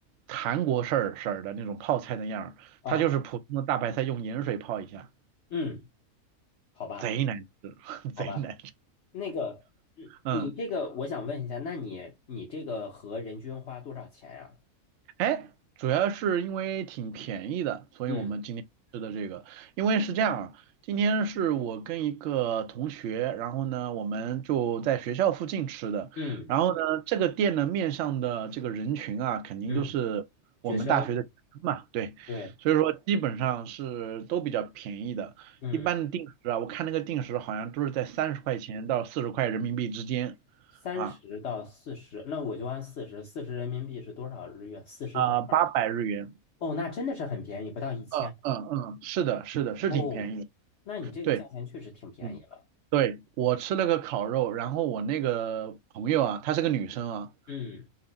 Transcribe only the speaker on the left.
哦，哦嗯，好吧，
好吧，
那个，嗯，
你这个我想问一下，那你你这个和人均花多少钱呀？
嗯
嗯
嗯，学生，
对，
嗯，
三十到四十，
那我就按四十，四十人民币是多少日元？四十乘二。
哦，那真的是很便宜，不到一千。
哦，那你这个价钱确实挺便宜了。
嗯，